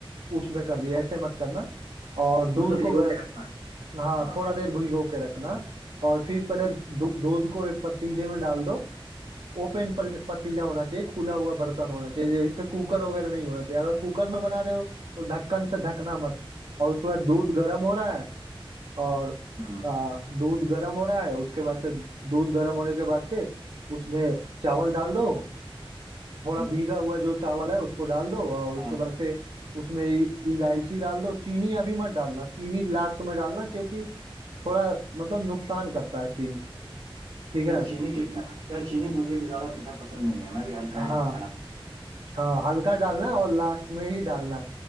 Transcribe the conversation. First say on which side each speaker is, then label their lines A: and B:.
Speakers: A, on the right; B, on the right.
A: उसमें कर दिया ऐसे मत करना और दूध
B: मतलब भिगो
A: को गर
B: के रखना है थोड़ा।
A: हाँ
B: हाँ
A: थोड़ा देर भिगो के रखना और फिर पहले
B: ठीक है
A: दू- दूध को एक पतीले में डाल दो ओपन पतीला होना चाहिए खुला हुआ बर्तन होना चाहिए जैसे कुकर वगैरह नहीं होना चाहिए अगर कुकर में बना रहे हो तो ढक्कन से ढकना मत और उसके बाद दूध गर्म हो रहा है और
B: हम्म
A: आ, दूध गर्म हो रहा है उसके बाद से दूध गर्म होने के बाद से उसमें चावल डाल दो थोड़ा
B: हम्म,
A: भीगा हुआ जो चावल है उसको डाल दो और उसके
B: हाँ
A: बाद से उसमें इ- इलायची डाल दो चीनी अभी मत डालना चीनी लास्ट में डालना क्योंकि थोड़ा मतलब नुकसान करता है चीनी ठीक है
B: यार चीनी कितना यार चीनी मुझे भी ज्यादा मीठा पसंद नहीं है मैं भी हल्का ही डा-
A: हाँ
B: खाना पसंद
A: हाँ हल्का डालना और लास्ट में ही डालना